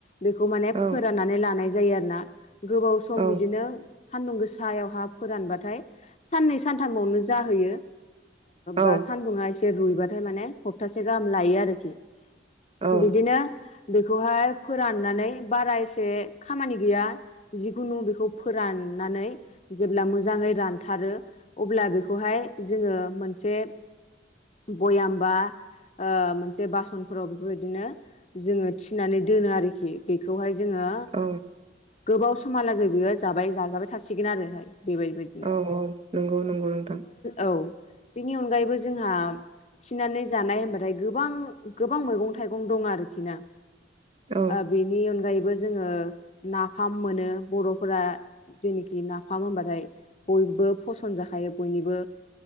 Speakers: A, on the left (about 40°); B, on the right (about 35°).
A: बेखौ माने
B: औ
A: फोराननानै लानाय जायो आरो ना गोबाव सम
B: औ
A: बिदिनो सानदुं गोसायावहा फोरानबाथाय साननै सानथामावनो जाहोयो
B: औ
A: बा सानदुङा एसे रुइबाथाय माने हप्तासे गाहाम लायो आरोखि
B: औ
A: बिदिनो बेखौहाय फोराननानै बारा एसे खामानि गैया जिखुनु बेखौ फोराननानै जेब्ला मोजाङै रानथारो अब्ला बेखौ बेखौहाय जोङो मोनसे बयामबा मोनसे बासनफोराव बेफोरबायदिनो जोङो थिनानै दोनो आरोखि बेखौहाय जोङो
B: औ
A: गोबाव समहालागै बियो जाबाय जाजाबाय थासिगोन आरोहाय बेबायदि
B: औ औ नंगौ नंगौ नोंथां
A: औ बेनि अनगायैबो जोंहा थिनानै जानाय हबथाय गोबां गोबां मैगं थाइगं दं आरोखि ना
B: औ
A: बेनि अनगायैबो जोङो नाफाम मोनो बर'फोरा जेखि नाफाम होनबाथाय बयबो फसन जाखायो बयनिबो